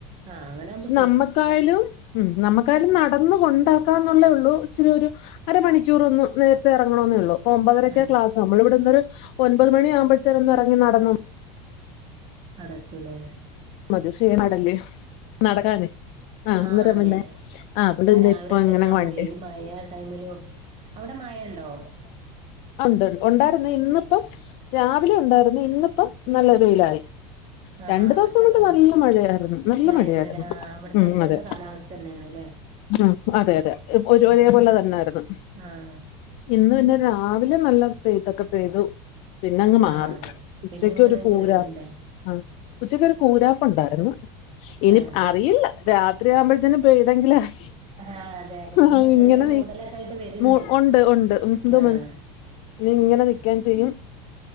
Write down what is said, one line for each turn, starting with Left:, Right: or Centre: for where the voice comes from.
Right: ആഹ് അങ്ങനാവുമ്പേ
Left: പക്ഷെ നമ്മക്കായാലും ഉം നമ്മക്കായാലും നടന്ന് കൊണ്ടാക്ക് <unintelligible> ഒള്ളൂ ഇച്ചിരി ഒരു അരമണിക്കൂർ ഒന്ന് നേരത്തെ എറങ്ങണോന്നെയുള്ളൂ ഇപ്പ ഒമ്പതരയ്ക്കാ
Right: ആഹ്
Left: ക്ലാസ് നമ്മള് ഇവിടെന്നൊരു ഒൻപത് മണിയാകുമ്പോഴത്തേനും ഒന്ന് എറങ്ങി നടന്നാ
Right: അവിടെത്തൂലേ
Left: മതി ഷെയ്‌മ് കേടല്ലേ നടക്കാനേ ആ അന്നേരം
Right: ആഹ് അതെ
Left: പിന്നെ ആ അതുകൊണ്ട്
Right: ആഹ്
Left: പിന്നെ
Right: രാവിലെ
Left: ഇപ്പൊ ഇങ്ങനെ
Right: തന്നെ ആവുമ്പേ
Left: വണ്ടി
Right: ഈ മഴ ടൈമിലും അവിടെ മയ ഇണ്ടോ?
Left: ഒണ്ട് ഒണ്ടായിരുന്നു ഇന്നിപ്പം രാവിലെ ഒണ്ടായിരുന്നു ഇന്നിപ്പം നല്ല വെയിലായി
Right: ആഹ്
Left: രണ്ട്
Right: ആഹ് അവിടുത്തെ
Left: ദിവസം ഇങ്ങോട്ട്
Right: കാലാ
Left: നല്ല മഴയായിരുന്നു നല്ല
Right: മഴായിരുന്നല്ലേ
Left: മഴയായിരുന്നു
Right: ആഹ് അവിടുത്തെ
Left: ഉം
Right: അതുപോലത്തെ
Left: അതെ
Right: കാലാവസ്ഥ തന്നെയാണല്ലേ
Left: ഉം അതെ അതെ ഇപ് ഒരെ
Right: ആഹ്
Left: ഒരേപോലെ തന്നായിരുന്നു.
Right: ആഹ്
Left: ഇന്ന് പിന്നെ രാവിലെ നല്ല പെയ്ത്തൊക്കെ പെയ്തു. പിന്നങ്ങ് മാറി.
Right: ആഹ് അതെ
Left: ഉച്ചക്കൊരു
Right: പിന്നെ ഇങ്ങനെ
Left: കൂരാ
Right: ചെറിയൊരിതുണ്ടായി
Left: ആഹ് ഉച്ചക്കൊരു കൂരാപ്പുണ്ടായിരുന്നു. ഇനി
Right: ആഹ്
Left: അറിയില്ല. രാത്രിയാവുമ്പോഴത്തേനും പെയ്തങ്ങിലായി.
Right: ആഹ് അതെ ഇപ്പൊ
Left: ആഹ് ഇങ്ങനെ
Right: ചെറിയൊരു
Left: നീ
Right: മൂടലൊക്കെ ആയിട്ട് വരുണ്ട്
Left: മോ ഉണ്ട് ഉണ്ട് ഉം എന്തോ
Right: ആഹ്
Left: മോനെ നി ങ്ങനെ നിക്കേം ചെയ്യും